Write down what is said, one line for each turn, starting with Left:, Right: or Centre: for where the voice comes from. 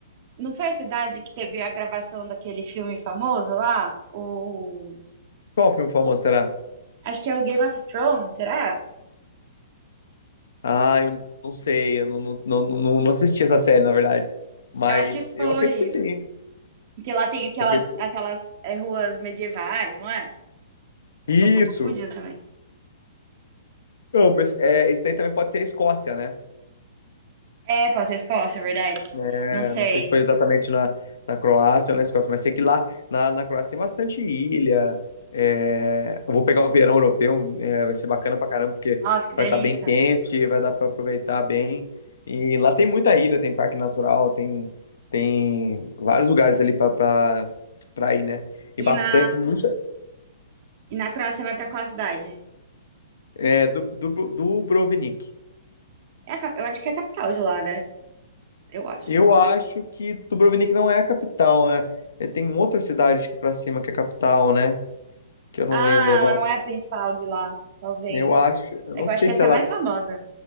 Right: não foi a cidade que teve a gravação daquele filme famoso lá? O
Left: Qual filme famoso será?
Right: Acho que é o Game of Thrones, será?
Left: Ah, eu não sei, eu não, não, não, não, não assisti essa série, na verdade. Mas
Right: Eu acho que
Left: eu
Right: foi.
Left: acredito que sim.
Right: Porque lá tem aquelas,
Left: Eu acredito-
Right: aquelas é, ruas medievais, não é?
Left: Isso!
Right: Eu posso estar confundindo também.
Left: Não, mas é, isso daí também pode ser a Escócia, né?
Right: É, pode ser Escócia, é verdade.
Left: É,
Right: Não sei.
Left: não sei se foi exatamente na, na Croácia ou na Escócia, mas sei que lá na, na Croácia tem bastante ilha. É, eu vou pegar o verão europeu, é, vai ser bacana pra caramba, porque
Right: Nossa, que
Left: vai
Right: delícia.
Left: estar bem quente, vai dar pra aproveitar bem. E lá tem muita ilha, tem parque natural, tem, tem vários lugares ali pra, pra, pra ir, né? E bastante,
Right: E na,
Left: muita,
Right: e na Croácia vai pra qual cidade?
Left: é, do, do, Dubrovnik.
Right: É a cap- eu acho que é a capital de lá, né? Eu acho.
Left: Eu acho que Dubrovnik não é a capital, né? É, Tem outra cidade aqui pra cima que é a capital, né? Que eu não
Right: Ah,
Left: lembro agora.
Right: ela não é a principal de lá, talvez.
Left: Eu acho, eu
Right: É
Left: não
Right: que eu
Left: sei
Right: acho que essa
Left: se ela,
Right: é a mais famosa.